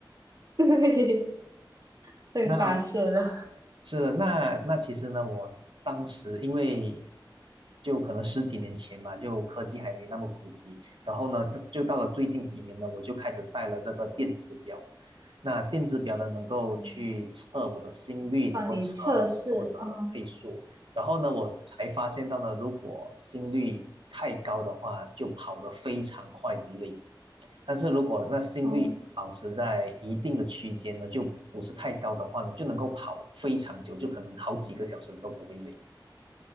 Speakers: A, on the right (about 50°); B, on the right (about 85°).
A: <laughs> 对，被发现了，
B: 那是的，那那其实呢，我当时因为就可能十几年前吧，就科技还没那么普及，然后呢，就到了最近几年呢，我就开始带了这个电子表。那电子表呢，能够去测我的心率，
A: 嗯
B: 能够测
A: 帮你测试。
B: 测我的配速。
A: 哦
B: 然后呢，我才发现到呢，如果心率太高的话，就跑得非常快的累。但是如果那心率保持在一定的区间呢，
A: 哦，
B: 就不是太高的话呢，就能够跑非常久，就可能好几个小时都不会累。